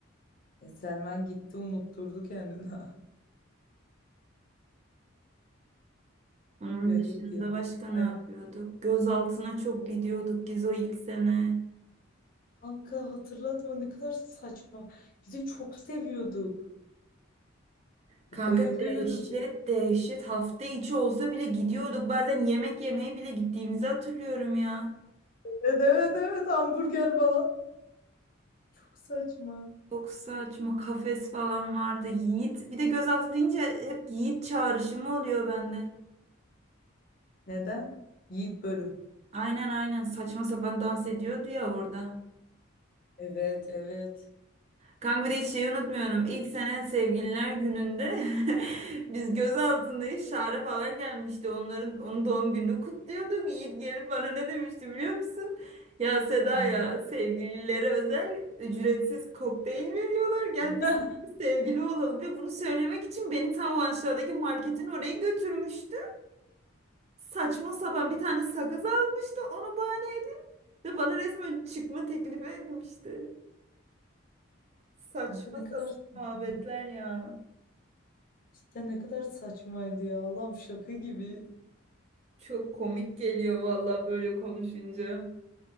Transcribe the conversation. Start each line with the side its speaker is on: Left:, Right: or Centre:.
Left: E, Selman gitti unutturdu kendini. <laughs>
Right: Onun
Left: Garip
Right: dışında
Left: ya.
Right: başka ne
Left: Ay,
Right: yapıyorduk? Gözaltına çok gidiyorduk Gizo ilk sene.
Left: Kanka hatırlatma ne kadar saçma. Biz de çok seviyorduk.
Right: Kanka
Left: Bayılıyorduk.
Right: dehşet dehşet hafta içi olsa bile gidiyorduk. Bazen yemek yemeye bile gittiğimizi hatırlıyorum ya.
Left: Evet evet evet hamburger falan. Çok saçma.
Right: Çok saçma kafes falan vardı. Yiğit bir de gözaltı deyince hep Yiğit çağrışımı oluyor bende.
Left: Neden? Yiğit Börü.
Right: Aynen aynen saçma sapan dans ediyordu ya orada.
Left: Evet evet.
Right: Kanka bir de hiç şeyi unutmuyorum. İlk sene sevgililer gününde <laughs> biz göz altındayız. Şare falan gelmişti. Onların onun doğum gününü kutluyorduk. Yiğit gelip bana ne demişti biliyor musun? Ya Seda
Left: Hmm.
Right: ya sevgililere özel ücretsiz kokteyl veriyorlar. Gel
Left: <laughs>
Right: biz sevgili olalım. Ve bunu söylemek için beni tam o aşağıdaki marketin oraya götürmüştü. Saçma sapan bir tane sakız almıştı. Onu bahane edip ve bana resmen çıkma teklifi etmişti. Saçma
Left: Kanka ne kadar
Right: sapan
Left: saçma.
Right: muhabbetler ya.
Left: Cidden ne kadar saçmaydı ya. Allah'ım şaka gibi.
Right: Çok komik geliyor valla böyle konuşunca.